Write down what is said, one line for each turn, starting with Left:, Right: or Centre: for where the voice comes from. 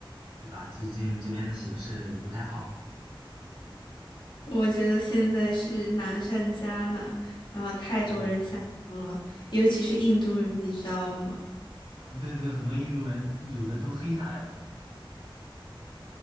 Right: 对吧？最近这边的形势也不太好。
Left: 我觉得现在是难上加难，然后太多人想读了，
Right: 对，
Left: 尤其是印度人，
Right: 他
Left: 你知道吗？
Right: 嗯，对对，很多印度人有的都黑下来了，